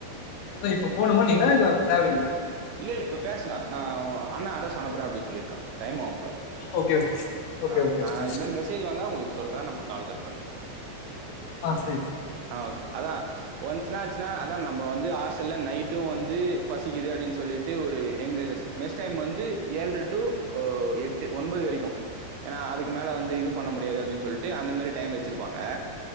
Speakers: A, on the left; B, on the right.
A: அதான் இப்ப போனுமா நீங்க தேவயில்லையா
B: இல்லை இல்லை இப்ப பேசலம் நான் அண்ண அரஸ்னுப்புகிறேன் அப்படினு சொியிருக்க டைம் ஆகும்போல
A: ஓகே ஓகே
B: ஆஹ்
A: ஓகே ஓகே
B: நான்
A: சரி
B: இது மாதிரி மெசேஜ் வந்தா உங்களுக்கு சொல்றன் நம்ம கால் கட் பண்ணிக்கலாம்
A: ஆஹ் சரி சரி
B: ஆ ஓகே. அதான் ஒன்ஸ் என்னா ஆச்சுனா அதான் நம்ம வந்து ஹாஸ்டல்ல நைட் வந்து பசிக்குது அப்படின்னு சொல்லி சொல்லிட்டு வந்து ஏளற டூ எட்டு ஒன்பது வரைக்கும் அதுக்கு மேல் வந்து இ பண்ண முடியாது சொ அந்த டை வச்சிருப்பாங்க